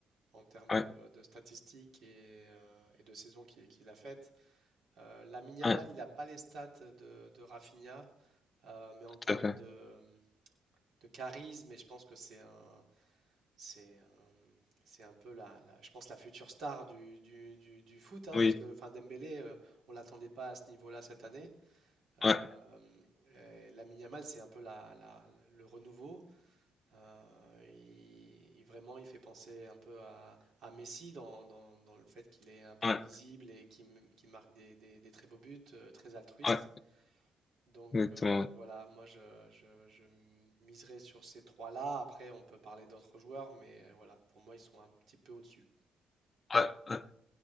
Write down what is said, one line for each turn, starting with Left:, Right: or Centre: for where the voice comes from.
Right: en termes
Left: Ouais,
Right: de, de statistiques et, euh, et de saison qu'il qu'il a faite. Euh, Lamine Yamal,
Left: ouais,
Right: il n'a pas les stats de, de Rafinha, euh, mais en
Left: tout
Right: termes
Left: à fait.
Right: de, de charisme, et je pense que c'est un, C'est euh, c'est un peu la, la- je pense la future star du, du, du- du foot, hein,
Left: Oui,
Right: parce que enfin, Dembélé, euh, on l'attendait pas à ce niveau-là cette année. Euh,
Left: ouais,
Right: euh, Lamine Yamal, c'est un peu la, la- le renouveau. Euh, il, il- vraiment, il fait penser un peu à, à Messi dans, dans- dans le fait qu'il est imprévisible
Left: ouais,
Right: et qu'il m- qu'il marque des, des- des très beaux buts, euh, très altruiste.
Left: ouais,
Right: Donc
Left: exactement.
Right: euh, voilà, moi je, je, je miserai sur ces trois-là. Après, on peut parler d'autres joueurs, mais euh, voilà, pour moi, ils sont un petit peu au-dessus.
Left: Ouais, ouais. ouais.